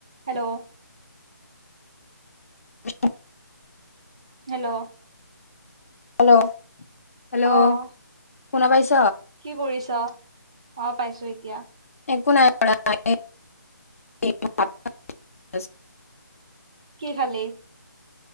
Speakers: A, on the right; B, on the left.
A: Hello.
B: <unintelligible>
A: Hello.
B: Hello. Hello
A: অহ।
B: শুনা পাইছ?
A: কি কৰিছ? অ পাইছো এতিয়া।
B: <unintelligible>
A: কি খালি?